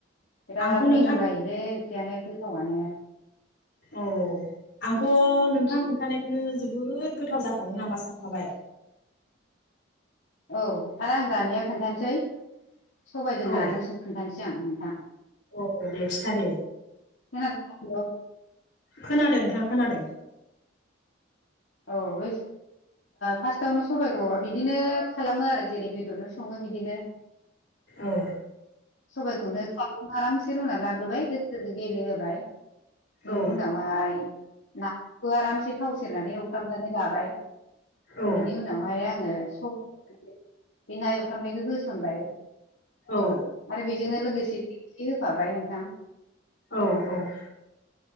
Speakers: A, on the left; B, on the left.
A: बिराद
B: आंखौ नोंथां
A: मिलौलायोलै ओंख्रियानो गोथावानो।
B: औ आंथ' नोंथां खोन्थानायखौनो जोबोद गोथाव जाखागोन नामा सानखाबाय। <inaudible>
A: औ आरो आं दानिया खोन्थानोसै सबायाइजों
B: औ
A: नाजों सोब खोन्थानोसै आं नोंथां।
B: औ दे खिथादे
A: खोनादों
B: खोनादों नोंथां खोनादों
A: औ बे फार्स्टआवनो सबाइखौ बिदिनो खालामो आरो जेरै बेदरजों सङो बिदिनो।
B: औ
A: सबाइखौ आराम एसे रुना लाग्रोबाय दोख गेलेहोबाय। बेनि
B: औ
A: उनावहाय नाखौ आरामसे थावव सेरनानै एवफ्रामनानै लाबाय।
B: औ
A: बेनि उनावहाय आङो बे ना एवफ्रामनायखौ होसनबाय
B: औ
A: आरो बेजोंनो। लोगोसे एसे होफाबाय नोंथां।
B: औ औ।